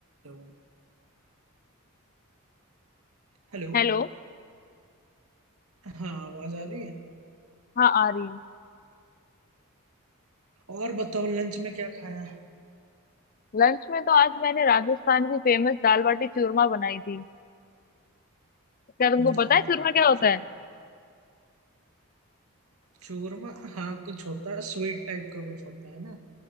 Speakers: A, on the right; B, on the left.
A: Hello Hello
B: हेलो
A: हाँ आवाज आ रही है
B: हाँ आ रही है
A: और बताओ लंच में क्या खाया
B: लंच में तो आज मैंने राजस्थान की फेमस दाल बाटी चूरमा बनाई थी क्या तुमको
A: दाल
B: पता है चूरमा
A: बाटी
B: क्या होता
A: चूरमा
B: है
A: चूरमा हाँ कुछ होता है स्वीट टाइप का कुछ होता है ना